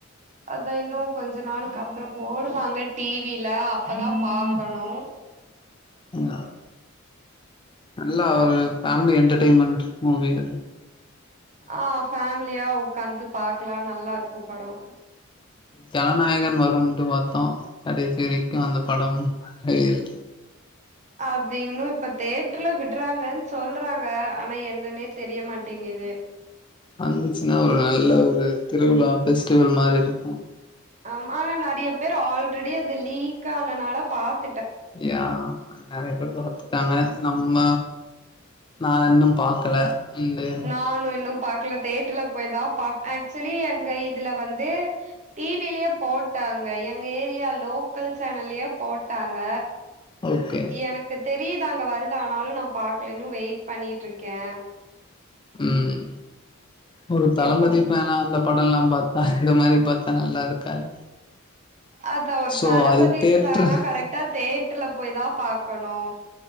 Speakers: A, on the right; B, on the left.
A: அத இன்னு கொஞ்ச நாளுக்கு அப்றொ போடுவாங்க டிவில அப்பதா பாக்கணு ஆ
B: ஆ நல்லா ஒரு ஃபேமிலி என்டர்டெயின்மென்ட் மூவி இது
A: ஆ ஃபேமிலியா ஒக்காந்து பாக்கலா நல்லா இருக்கு படோ
B: ஜனநாயகன் வரும்ட்டு பாத்தோ கடைசி வரைக்கு அந்த படம் ட்ரயல்
A: அது இன்னோ இப்ப தேட்டுர்ல விடுறாங்கன்னு சொல்றாங்க ஆனா என்னன்னே தெரியமாட்டேங்குது
B: வந்துச்சுன்னா ஒரு நல்ல ஒரு திருவிழா பெபஸ்டிவல் மாரி இருக்கோ
A: ஆமா ஆனா நறைய பேர் ஆல்ரெடி அது லீக் ஆனனால பாக்
B: யா நறைய பேரு பாத்துட்டாங்க நம்ம நா இன்னு பாக்கல அண்டு
A: நானு இன்னும் பாக்கல தேட்டர்ல போயிதா பாக் ஆக்சுவலி அங்க இதுல வந்து டி விலயே போட்டாங்க எங்க ஏரியா லோக்கல் சேனல்லயே போட்டாங்க
B: ஓகே
A: எனக்கு தெரியுது அங்க வருது ஆனாலு நா பாக்கல இன்னு வெயிட் பண்ணிட்ருக்கே
B: ம் ஒரு தளபதி
A: எப்ப
B: வேனா அந்த படோ எல்லா பாத்தா இந்த மாரி பாத்தா நல்லா இருக்காது
A: அதா ஒரு
B: சோ
A: தளபதி
B: அது தேட்ரு
A: ஃபேனா கரெக்டா தேட்ருல போய் தா பாக்கணோ